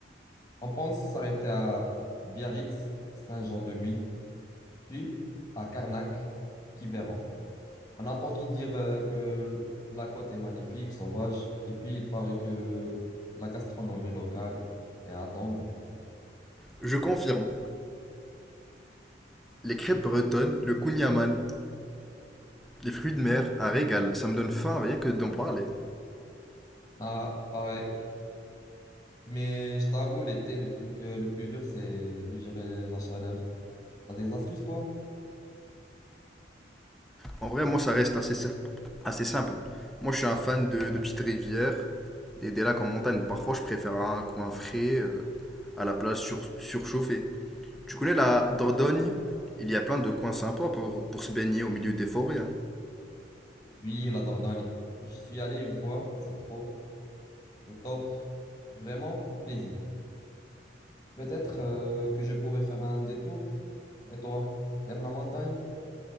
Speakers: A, on the left; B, in the centre.
A: On pense s'arrêter à Biarritz, Saint-Jean-de-Luz, puis à Carnac, Quiberon. On a entendu dire euh, que la côte est magnifique, sauvage, et puis il paraît que le- la gastronomie locale est à tomber.
B: Je confirme. Les crêpes bretonnes, le kouign-amann, les fruits de mer, un régal. Ça me donne faim rien que d'en parler.
A: Ah, pareil. Mais je t'avoue, l'été, le truc euh, le plus dur, c'est de gérer le- la chaleur. T'as des astuces, toi?
B: En vrai, moi, ça reste assez, sim- assez simple. Moi, je suis un fan de, de petites rivières, des, des lacs en montagne. Parfois, je préfère un coin frais euh, à la plage sur- surchauffée. Tu connais la Dordogne? Il y a plein de coins sympas pour, pour se baigner au milieu des forêts. hein.
A: Oui, la Dordogne. J'y suis allé une fois, c'est trop, c'est top, vraiment paisible. Peut-être euh, que je pourrais faire un détour. Et toi, t'aimes la montagne?